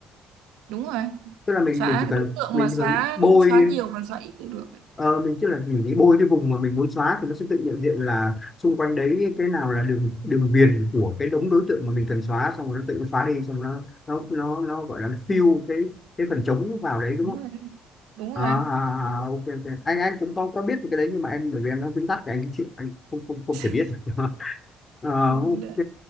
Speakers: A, on the right; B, on the left.
A: đúng rồi
B: tức là mình
A: xóa
B: mình chỉ cần
A: đối tượng
B: mình
A: mà
B: chỉ
A: xóa
B: cần bôi
A: xóa nhiều còn xóa ít đều được
B: ờ, mình tức là mình đi bôi cái vùng mà mình muốn xóa thì nó sẽ tự nhận diện là xung quanh đấy cái nào là đường đường viền của cái đống đối tượng mà mình cần xóa xong rồi nó tự nó xóa đi xong rồi nó nó nó nó gọi là nó fill cái cái phần trống vào đấy đúng
A: đúng
B: không
A: rồi đúng
B: à,
A: rồi
B: à, à, à, ok ok anh anh cũng có có biết cái đấy nhưng mà em bởi vì em nó viết tắt thì anh chịu anh không không không
A: <laughs>
B: thể biết <laughs> Ờ,
A: Đấy.
B: ok